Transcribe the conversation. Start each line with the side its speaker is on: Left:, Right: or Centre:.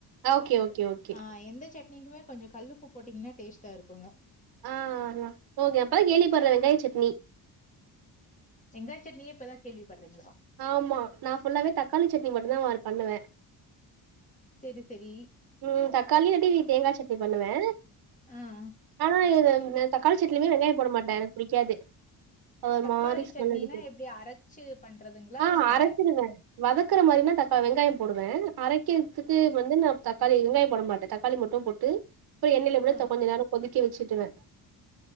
Right: ஓகே, ஓகே, ஓகே.
Left: ஆ எந்த சட்னிக்குமே கொஞ்ச கல்லுப்பு போட்டீங்கன்னா டேஸ்டா இருக்குங்க
Right: ஆ ஓகே இப்பதா கேள்விப்பட்றே வெங்காய சட்னி
Left: வெங்காய சட்னியே இப்பதா கேள்வி பட்றீங்களா
Right: ஆமா நா ஃபுல்லாவே தக்காளி சட்னி மட்டுதா பண்ணுவே
Left: செரி செரி
Right: ம் தக்காளி இல்லாட்டி தேங்கா சட்னி பண்ணுவே
Left: ஆ.
Right: ஆனா தக்காளி சட்லுமே வெங்காய போட மாட்டே எனக்கு புடிக்காது அது ஒரு
Left: தக்காளி
Right: மாரி ஸ்மெல்
Left: சட்னினா
Right: அடிக்கு
Left: எப்டி அரச்சு பண்றதுங்களா
Right: ஆ
Left: இல்ல
Right: அரச்சிருவ வதக்குற மாரினா தக்கா வெங்காய போடுவே அரக்கிறதுக்கு வந்து நா தக்காளி வெங்காய போட மாட்டே தக்காளி மட்டு போட்டு அப்றோ எண்ணெயில அப்டியே
Left: ஆ
Right: கொஞ்ச நேரோ கொதிக்க வெச்சுருவே